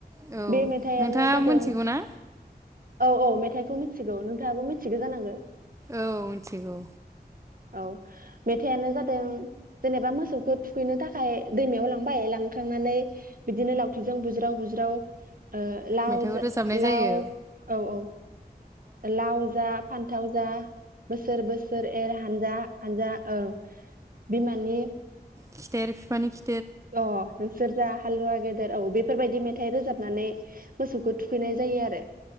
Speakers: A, on the right (about 20°); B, on the right (about 55°).
A: औ
B: बे मेथाइयानो
A: नोंथाङा
B: जादों
A: मिथिगौ ना
B: औ औ मेथाइखौ मिथिगौ नोंथाङाबो मि थिगो जानांगो
A: औ मोनथिगौ
B: औ मेथायानो जादों जेनेबा मोसौ खौ थुखैनो थाखाय दैमायाव लांबाय लांखांनानै बिदिनो लावथिजों बुज्राव बुज्राव ओ लाव
A: मेथाइखौ
B: जा
A: रोजाबनाय जायो
B: लाव औ औ लाव जा फान्थाव जा बोसोर बोसोर एर हानजा हानजा ओं बिमानि
A: खिथेर फिफानि खि
B: अ नोंसोर जा हालुवा गेदेर औ बेफोरबायदि मेथाइ रोजाब नानै मोसौखौ थुखैनाय जायो आरो